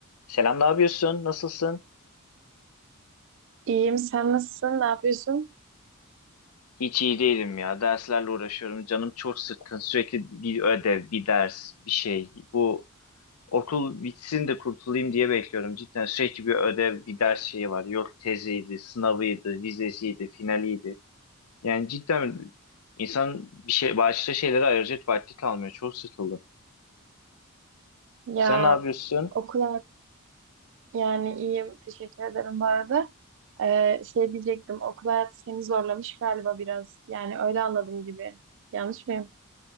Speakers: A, on the left (about 80°); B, on the right (about 55°).
A: Selam, ne yapıyorsun? Nasılsın?
B: İyiyim. Sen nasılsın? Ne yapıyorsun?
A: Hiç iyi değilim ya. Derslerle uğraşıyorum. Canım çok sıkkın. Sürekli bir ödev, bir ders, bir şey. Bu okul bitsin de kurtulayım diye bekliyorum. Cidden sürekli bir ödev, bir ders şeyi var. Yok teziydi, sınavıydı, vizesiydi, finaliydi. Yani cidden insan bir şey, başka şeylere ayıracak vakti kalmıyor. Çok sıkıldım. Sen
B: Ya
A: ne yapıyorsun?
B: okul hayat- yani iyiyim. Teşekkür ederim bu arada. Ee, şey diyecektim. Okul hayatı seni zorlamış galiba biraz. Yani öyle anladım gibi. Yanlış mıyım?